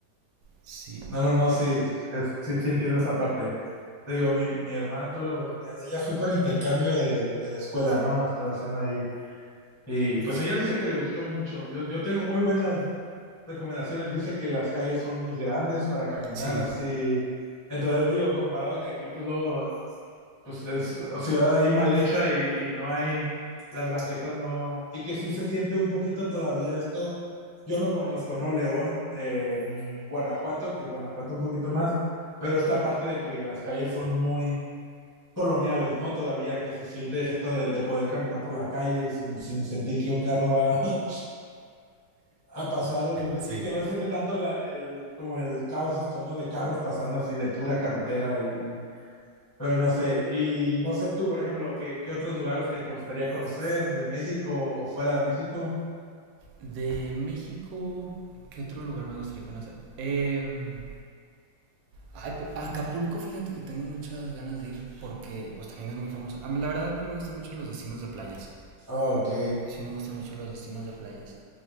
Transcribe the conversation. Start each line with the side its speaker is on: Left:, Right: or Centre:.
Right: Sí,
Left: No, no, no, sí, es- sí, sí entiendo esa parte. Te digo, mi, mi hermana tuvo la oportunidad de ella, fue por intercambio de, de la escuela, ¿no? Estaba haciendo ahí. Y pues ella dice que le gustó mucho. Yo, yo tengo muy buenas recomendaciones. Dice que las calles son muy grandes para caminar
Right: sí,
Left: así. Entonces digo, comparado que aquí, pues luego pues es ciudad ahí mal hecha y, y no hay, las banquetas no, y que sí se siente un poquito todavía esto, yo no conozco, no León eh, ni Guanajuato, que Guanajuato un poquito más, pero esta parte de que las calles son muy coloniales, ¿no? Todavía que se siente esto de, de poder caminar por la calle y sin, sin sentir que un carro va <laughs> a pasar
Right: sí.
Left: y que no se siente tanto la, el, como el caos esto, ¿no? De carros pasando así de pura carretera y, y pero no sé, y no sé tú, por ejemplo, ¿qué, qué otros lugares te gustaría conocer de México o fuera de México?
Right: De México, ¿qué otro lugar me gustaría conocer? Em, Ay, pues, a Acapulco, fíjate que tengo muchas ganas de ir porque pues también es muy famoso. A mí, la verdad a mí me gustan mucho los destinos de playas.
Left: Ok.
Right: Sí me gustan mucho los destinos de playas.